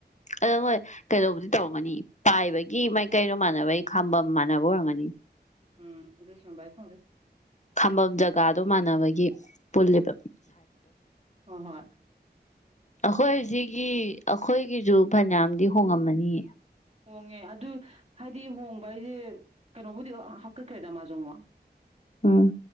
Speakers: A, on the left; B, on the right.
A: ꯑꯗꯣ ꯃꯣꯏ ꯀꯩꯗꯧꯕꯗꯤ ꯇꯧꯔꯝꯒꯅꯤ ꯄꯥꯏꯕꯒꯤ ꯃꯥꯏꯀꯩꯩꯅꯣ ꯃꯥꯟꯅꯕꯩ ꯈꯥꯝꯕ ꯃꯥꯟꯅꯕ ꯑꯣꯏꯔꯝꯒꯅꯤ
B: ꯎꯝ ꯑꯗꯨꯁ ꯥꯏ ꯈꯣꯡꯦ
A: ꯈꯝꯕꯝ ꯖꯒꯥꯗꯣ ꯃꯥꯟꯅꯕꯒꯤ ꯄꯨꯣꯕ
B: ꯍ ꯍꯣ
A: ꯑꯩꯈꯣꯏ ꯁꯤꯒꯤ ꯑꯩꯈꯣꯏꯒꯤꯁꯨ ꯐꯅꯌꯥꯝꯗꯤ ꯍꯣꯡꯉꯝꯃꯅꯤ
B: ꯍꯣꯡꯉꯦ ꯑꯗꯨ ꯍꯥꯏꯗꯤ ꯍꯣꯡꯕ ꯍꯥꯏꯁꯦ ꯀꯩꯅꯣꯕꯨꯗꯤ ꯍꯥꯞꯀꯠꯈ꯭ꯔꯦꯗ ꯃꯥꯖꯣꯡꯃ
A: ꯑꯥ